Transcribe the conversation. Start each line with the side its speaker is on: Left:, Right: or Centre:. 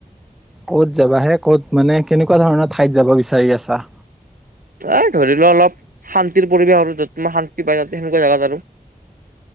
Centre: ক'ত যাবা হে ক'ত মানে কেনেকুৱা ধৰণৰ ঠাইত যাব বিচাৰি আছা
Right: এ ধৰি লোৱা অলপ শান্তিৰ পৰিৱেশ আৰু যত তোমাৰ শান্তি পাই তাতে সেনেকুৱা জেগাত আৰু